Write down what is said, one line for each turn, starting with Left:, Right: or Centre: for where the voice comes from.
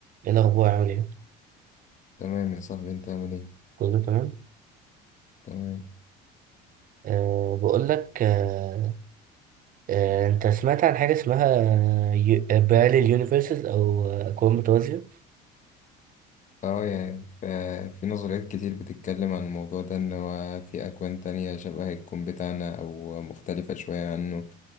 Right: ايه الاخبار عامل ايه
Left: تمام يا صاحبي انت عامل ايه
Right: كله تمام
Left: تمام
Right: أه بقول لك أه أه انت سمعت عن حاجه اسمها باراليل يونيفرسز او آه، اكوان متوازيه
Left: اه يعني ف- في نظريات كتير بتتكلم عن الموضوع ده ان هو في اكوان تانية شبه الكون بتاعنا او مختلفة شوية عنه